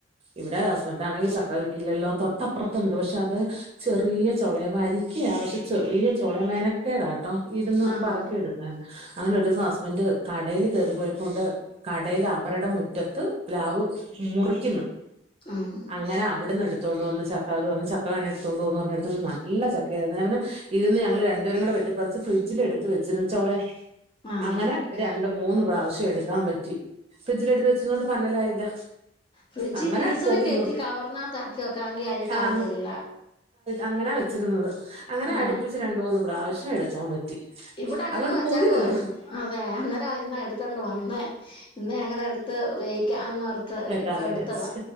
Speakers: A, on the right; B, on the left.
A: ഇവിടെ ഹസ്ബൻറ് ആണെങ്കിൽ ചക്ക കിട്ടിയില്ലല്ലോ തൊട്ടപ്പുറത്തുണ്ട് പക്ഷെ അത് ചെറിയ ചൊളെ വരിക്കയാ പക്ഷെ ചെറിയ ചൊളെ മെനക്കേടാട്ടോ ഇരുന്ന്
B: ആഹ്
A: പറക്കിയെടുത്ത് അ അങ്ങനെ ഒരു ദിവസം ഹസ്ബന്ഡറ് കടയില് കറി പോയപ്പോ കൊണ്ട് കടയിൽ അവരുടെ മുറ്റത്ത് പ്ലാവ് മുറിക്കുന്നു
B: ആഹ്
A: അങ്ങനെ അവിടുന്ന് എടുത്ത് എടുത്തൊണ്ട് വന്ന് ചക്കർ പറ ചക്ക വേണ എടുത്ത കൊണ്ടണ്ട് എന്ന് പറഞ്ഞ എടുണ്ട് നല്ല ചക്കയായിെ ഇതിന്ന് ഞങ്ങള് രണ്ട് രണ്ടും പാടെ വെട്ടി പറിച്ച് ഫ്രിഡ്ജിൽ എടുത്ത് വെച്ച് ചോള
B: ആഹ്
A: അങ്ങനെ രണ്ട് മൂന്ന് പ്രാവശ്യം എടുക്കാൻ പറ്റും ഫ്രിഡ്ജില എടുത്ത് വെച്ചത കൊണ്ട് പന്നലായില്ല
B: ഫ്രിഡ്ജ്
A: അങ്ങനെ
B: പീസറി
A: കൊതി
B: കേറ്റി
A: തീർന്നു
B: കവറിനകത്ത് ആക്കി വെക്കാണെങ്കിൽ അഴ കാകത്തില്ല
A: ആ അങ്ങനാ വെച്ചിരുന്നത് അങ്ങനെ
B: ഞാൻ
A: അടുപ്പിച്ച് രണ്ട മൂന്ന് പ്രാവശ്യം എടുക്കാൻ പറ്റി
B: ഇവിടെ അങ്ങനെ
A: അതുകൊണ്ട്
B: വച്ചാക്കുായിരുന്നു
A: കൊതി തീർന്നു
B: അതെ അന്നേരം ഇന്ന എടുത്തണ്ട് വന്നേ ഇന്ന് ഞങ്ങ എടുത്ത് വേവിക്കാൻ
A: വെക്കാന്ന്
B: ഇപ്പ
A: വിചാരിച്ച്
B: എടുത്തതാ